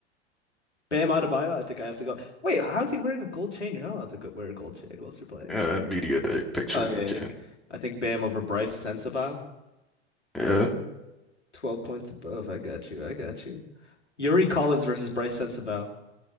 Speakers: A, on the left; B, in the centre.
A: Bam Adebayo. I think I have to go. Wait, how is he wearing a gold chain? You're not allowed to wear a gold chain whilst you're playing.
B: uh, media day pictures
A: Oh yeah,
B: you can.
A: yeah. I think Bam over Bryce Sensabaugh.
B: Yeah,
A: 12 points above. I got you. I got you. Yuri Collins versus Bryce Sensabaugh.